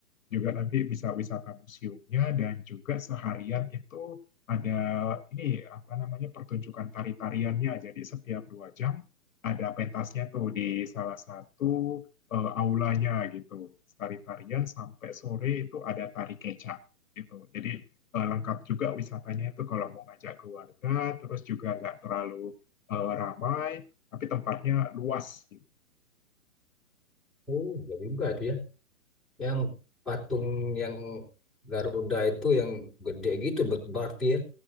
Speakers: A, on the left; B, in the centre.
A: Juga nanti bisa wisata museumnya dan juga seharian itu ada ini apa namanya pertunjukan tari-tariannya. Jadi setiap dua jam ada pentasnya tuh di salah satu eh, aulanya gitu. Tari-tarian sampai sore itu ada tari kecak gitu. Jadi eh, lengkap juga wisatanya itu kalau mau ngajak keluarga, terus juga nggak terlalu eh, ramai, tapi tempatnya luas.
B: Oh, iya juga itu ya. Yang patung yang Garuda itu yang gede gitu ber- berarti ya.